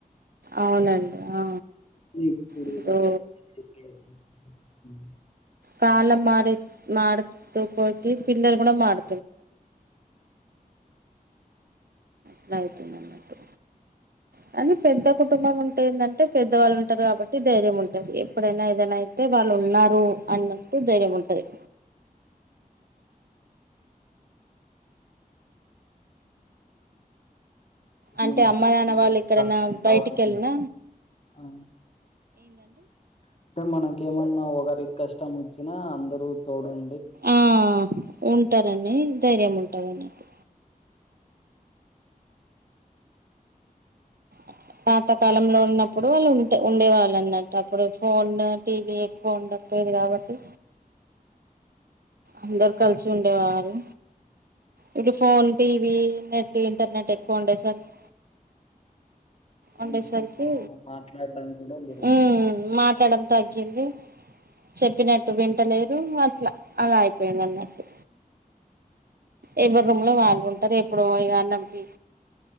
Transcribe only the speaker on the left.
<unintelligible>
మనకి
సహాయం
కావాల్సి
ఆ అంటే మనకేమన్నా ఒకరికి కష్టము వచ్చినా అందరు తోడుం
మనుషులతో
మాట్లాడడం కూడా గురవచ్చారు.